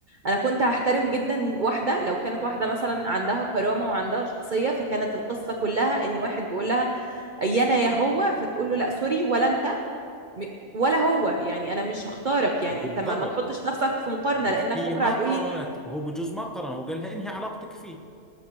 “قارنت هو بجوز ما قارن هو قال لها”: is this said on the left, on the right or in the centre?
Centre